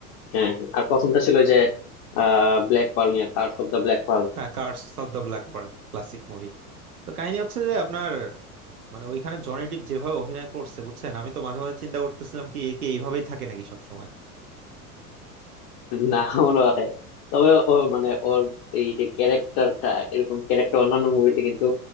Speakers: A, on the left (about 40°); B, on the right (about 75°).
A: হ্যাঁ হ্যাঁ। আর প্রথমটা ছিল যে আহ ব্ল্যাক পার্ল নিয়ে curse of the black pearl
B: Curse of the black pearl, classic movie তো কাহিনী হচ্ছে যে আপনার মানে ওইখানে জনি ডিপ যেভাবে অভিনয় করছে বুঝছেন আমি তো মাঝে মাঝে চিন্তা করতেছিলাম কি এ কি এইভাবেই থাকে নাকি সবসময়
A: না মনে হয় তবে ও মানে ওর এই যে ক্যারেক্টারটা এরকম ক্যারেক্টার অন্যান্য মুভিতে কিন্তু